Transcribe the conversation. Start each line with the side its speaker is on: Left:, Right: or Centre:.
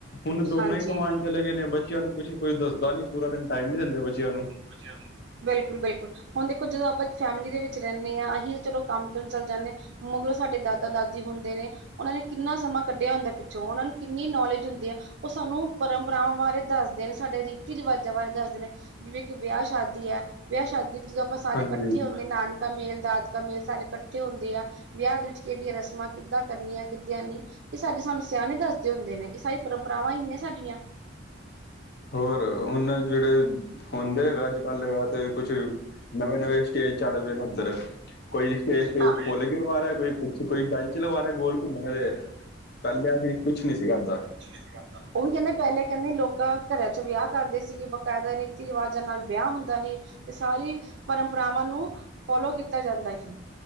Left: ਹੁਣ ਦੋਨੋਂ
Right: ਹਾਂਜੀ।
Left: ਹੀ ਕਮਾਣ ਚਲੇ ਗਏ ਨੇ ਬੱ ਬੱਚਿਆਂ ਨੂੰ ਕੁਛ ਕੋਈ ਦੱਸਦਾ ਨੀ ਪੂਰਾ ਦਿਨ ਟਾਈਮ ਨੀ ਦਿੰਦੇ ਬੱਚਿਆਂ ਨੂੰ।
Right: ਬਚਿਆ ਨੂੰ, ਬਿਲਕੁਲ-ਬਿਲਕੁਲ। ਹੁਣ ਦੇਖੋ ਜਦੋਂ ਆਪਾਂ ਫੈਮਿਲੀ ਦੇ ਵਿੱਚ ਰਹਿੰਦੇ ਹਾਂ ਅਸੀਂ ਤਾਂ ਚਲੋ ਕੰਮ ਕੁਮ ਕਰਨ ਚੱਲ ਜਾਂਦੇ ਹਾਂ। ਮਗਰੋਂ, ਸਾਡੇ ਦਾਦਾ- ਦਾਦੀ ਹੁੰਦੇ ਨੇ। ਉਹਨਾਂ ਨੇ ਕਿੰਨਾ ਸਮਾਂ ਕੱਢਿਆ ਹੁੰਦਾ ਪਿੱਛੋਂ ਉਹਨਾਂ ਨੂੰ ਕਿੰਨੀ ਨੌਲੇਜ ਹੁੰਦੀ ਆ ਉਹ ਸਾਨੂੰ ਪਰੰਪਰਾਵਾਂ ਬਾਰੇ। ਦੱਸ ਦੇਨੇ ਸਾਡੇ ਰੀਤੀ ਰਿਵਾਜਾਂ ਬਾਰੇ ਦੱਸਦੇ ਨੇ। ਜਿਵੇਂ ਕਿ ਵਿਆਹ ਸ਼ਾਦੀ ਹੈ ਵਿਆਹ ਸ਼ਾਦੀ ਵਿੱਚ ਜਦੋਂ ਆਪਾਂ ਸਾਰੇ
Left: ਹਾਂਜੀ
Right: ਇਕੱਠੇ ਹੁੰਦੇ ਨਾਨ ਮੇਲ ਦਾਤ ਕਾ ਮੇਲ ਸਾਰੇ ਇਕੱਠੇ ਹੁੰਦੇ ਆ ਵਿਆਹ ਦੇ ਵਿੱਚ ਕਿਹੜੀਆਂ ਰਸਮਾਂ ਕਿੱਦਾਂ ਕਰਨੀਆਂ? ਕਿੱਦਿਆਂ ਨੀ ਇਹ ਸਾਡੇ ਸਾਨੂੰ ਸਿਆਣੇ ਦੱਸਦੇ ਹੁੰਦੇ ਨੇ, ਇਹ ਸਾਰੀ ਪਰੰਪਰਾਵਾਂ ਹੀ ਨੇ ਸਾਡੀਆਂ।
Left: ਹੋਰ ਹੁਣ ਜਿਹੜੇ ਹੁੰਦੇ ਗਾ ਅੱਜ-ਕੱਲ ਤੇ ਕੁਛ ਨਵੇਂ-ਨਵੇਂ ਸਟੇਜ ਚੱਲ ਪਏ ਨੇ ਉੱਧਰ ਕੋਈ ਸਟੇਜ ਤੇ
Right: ਹਾਂ
Left: ਫੁਲ ਗਿਰਵਾਾਰ ਕੋਈ ਤਾਂ ਕੋਈ ਬੈਂਚ ਲਵਾ ਰਿਹਾ ਗੋਲ ਘੁੰਮਣ ਵਾਲੇ, ਪਹਿਲਲੇ ਸੀ ਕੁਛ ਨੀ ਸੀਗਾ ਇਏਦਾਂ।
Right: ਨਹੀਂ ਸੀਗਾ ਇਦਾਂ ਉਹਹੀ ਕਹਿੰਦੇ ਪਹਿਲੇ ਕਹਿੰਦੇ ਲੋਕਾਂ ਘਰਾਂ ਚ ਵਿਆਹ ਕਰਦੇ ਸੀਗੇ ਬਕਾਇਦਾ ਰੀਤੀ ਰਿਵਾਜਾਂ ਨਾਲ ਵਿਆਹ ਹੁੰਦਾ ਸੀ, ਤੇ ਸਾਰੀ ਪਰੰਪਰਾਵਾਂ ਨੂੰ ਫੋਲੋ ਕੀਤਾ ਜਾਂਦਾ ਸੀ।